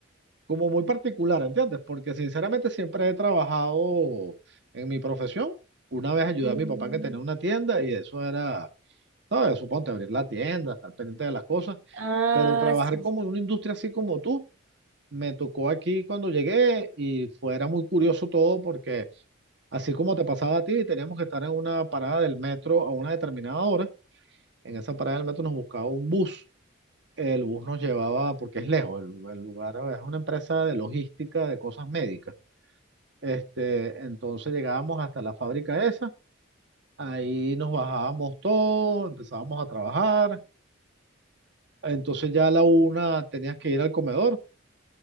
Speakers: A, on the right; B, on the right.
A: como muy particular, ¿entiendes? Porque sinceramente siempre he trabajado en mi profesión. Una vez ayudé
B: Mm,
A: a mi papá que tenía una tienda y eso era, ¿sabes? Suponte abrir la tienda, estar pendiente de las cosas,
B: ah,
A: pero trabajar
B: sí.
A: como en una industria así como tú me tocó aquí cuando llegué y fuera muy curioso todo porque así como te pasaba a ti, teníamos que estar en una parada del metro a una determinada hora. En esa parada del metro nos buscaba un bus. El bus nos llevaba, porque es lejos, el, lu- el lugar es una empresa de logística de cosas médicas. Este, entonces llegábamos hasta la fábrica esa, ahí nos bajábamos todos, empezábamos a trabajar. Entonces ya a la una tenías que ir al comedor,